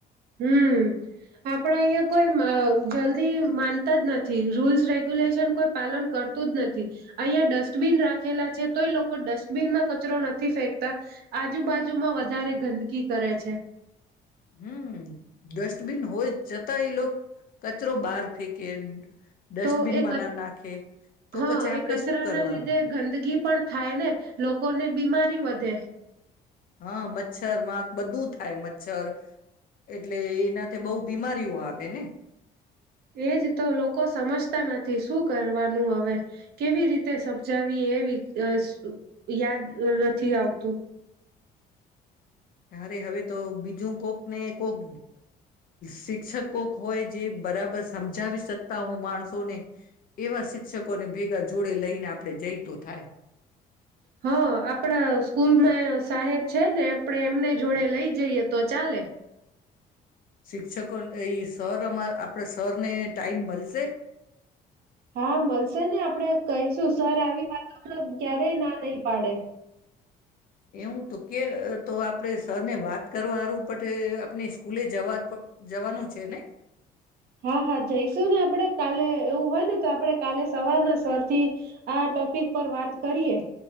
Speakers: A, on the right; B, on the left.
A: હમ આપણા અહિયાં કોઈ જલ્દી માનતા જ નથી રૂલ્સ રેગ્યુલેશન કોઈ પાલન કરતું જ નથી <unintelligible> ડસ્ટબિન રાખેલા છે, તોય લોકો ડસ્ટબિનમાં કચરો નથી ફેંકતા આજુબાજુમાં વધારે ગંદકી કરે છે.
B: હમ ડસ્ટબિન હોય. <unintelligible> એ લોકો કચરો બહાર ફેંકે ડસ્ટબિનમાં
A: તો એ <unintelligible>
B: ના નાખે તો
A: હા
B: પછી આપણે
A: એ કચરા
B: શું કરવાનું
A: ના લીધે ગંદગી પણ થાય ને લોકોને બીમારી વધે
B: હા મચ્છર મા બધું થાય મચ્છર એટલે એનાથી બહુ બીમારીઓ આવે ને
A: એજ તો લોકો સમજતા નથી શું કરવાનું હવે. કેવી રીતે સમજાવી એવી <unintelligible> યાદ નથી આવતું.
B: અરે હવે તો બીજું કોક ને કોક શિક્ષકો હોય જે બરાબર સમજાવી શકતા હું માણસોને એવા શિક્ષકોને ભેગા જોડે લઈને આપ આપણે જઈ તો થાય.
A: હ આપડા સ્કૂલમાં સાહેબ છે, ને આપડે એમને જોડે લઈ જઈએ તો ચાલે.
B: <unintelligible> એ સરમાં આપણા સર ને ટાઈમ મળશે.
A: હા મળશે ને આપડે કહીશું સર આવી વાતો ક્યારેય ના નહી પાડે.
B: એવું તો કે તો <unintelligible> સર ને વાત કરવારું <unintelligible> આપણે સ્કૂલે જવા જવાનું છે, ને
A: હા હા જઈશું ને આપણેે કાલે એવું હોય ને તો આપડે કાલે સવારના સરથી આ ટોપિક પર વાત કરીએ